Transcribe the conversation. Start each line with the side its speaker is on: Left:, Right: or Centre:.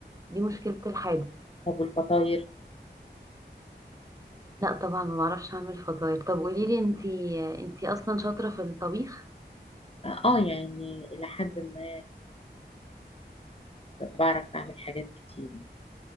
Right: دي مشكلة الحادق
Left: طب والفطاير
Right: لا طبعا ما بعرفش اعمل فطاير طب قوليلي انتي انتي اصلا شاطرة في الطبيخ
Left: اه يعني إلى حد ما بعرف أعمل حاجات كتير